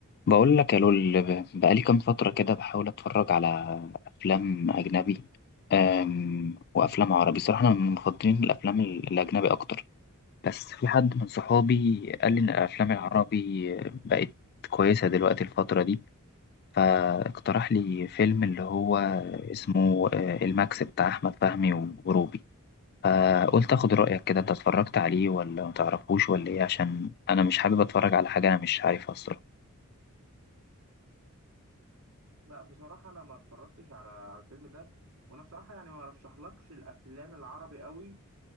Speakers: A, on the left; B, on the right.
A: بقول لك يا لول ب- بقالي كام فترة كده بحاول أتفرج على أفلام أجنبي أم وأفلام عربي صراحة أنا من مفضلين الأفلام ال- الأجنبي أكتر بس في حد من صحابي قال لي إن الأفلام
B: مم.
A: العربي بقت كويسة دلوقتي الفترة دي فاقترح لي فيلم اللي هو اسمه آه، الماكس بتاع أحمد فهمي وروبي فقلت أخد رأيك كده أنت اتفرجت عليه ولا متعرفوش ولا إيه عشان أنا مش حابب أتفرج على حاجة أنا مش عارفها الصراحة
B: لا بصراحة أنا ما اتفرجتش على على الفيلم ده وأنا بصراحة يعني ما رشحلكش الأفلام العربي قوي